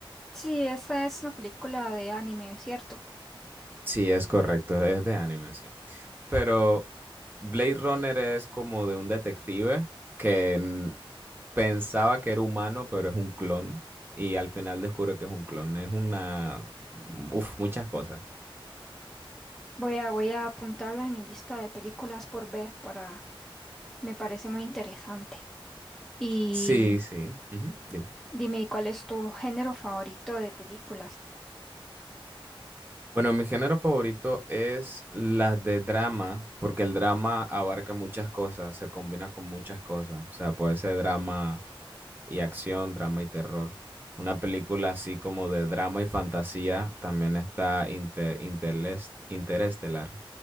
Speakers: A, in the centre; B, on the right (about 20°).
A: Sí, esa es una película de anime, ¿cierto?
B: Sí, es correcto, es de anime, sí. Pero Blade Runner es como de un detective que mm, pensaba que era humano, pero es un clon y al final descubre que es un clon. Es una... mm, Uf, muchas cosas.
A: Voy a, voy a apuntarla en mi lista de películas por ver, para, me parece muy interesante. Y
B: Sí, sí. ujú, dime.
A: Dime, ¿y ¿cuál es tu género favorito de películas?
B: Bueno, mi género favorito es las de drama, porque el drama abarca muchas cosas, se combina con muchas cosas. O sea, puede ser drama y acción, drama y terror. Una película así como de drama y fantasía también está Inte- Interest- Interestelar,